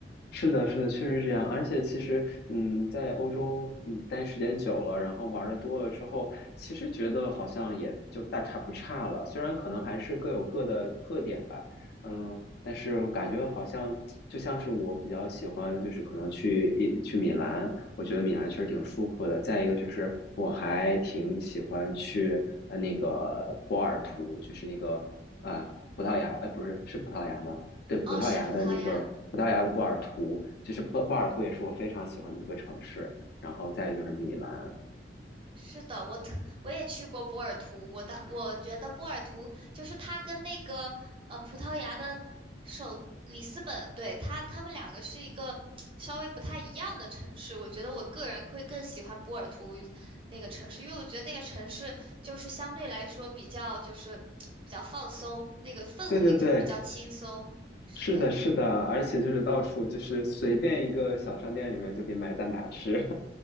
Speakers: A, on the left; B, on the right.
A: 是的，是的，确实是这样。而且其实，嗯，在欧洲嗯待时间久了，然后玩的多了之后，其实觉得好像也就大差不差了。虽然可能还是各有各的特点吧，嗯，但是我感觉好像就像是我比较喜欢，就是可能去一去米兰，我觉得米兰确实挺舒服的。再一个就是我还挺喜欢去呃那个波尔图，就是那个啊、呃葡萄牙，呃不是是葡萄牙吗？对葡萄牙的那个葡萄牙的波尔图，
B: 哦，是葡萄牙。
A: 就是波波尔图也是我非常喜欢的一个城市。然后再就是米兰，
B: 是的，我特我也去过波尔图，我当我觉得波尔图就是它跟那个呃葡萄牙的首里斯本，对，它它们两个是一个稍微不太一样的城市。我觉得我个人会更喜欢波尔图那个城市，因为我觉得那个城市就是相对来说比较就是比较放松，那个氛围就比较轻松。
A: 对对对，
B: 是的。
A: 是的，是的，而且就是到处就是随便一个小商店里面就可以买蛋挞吃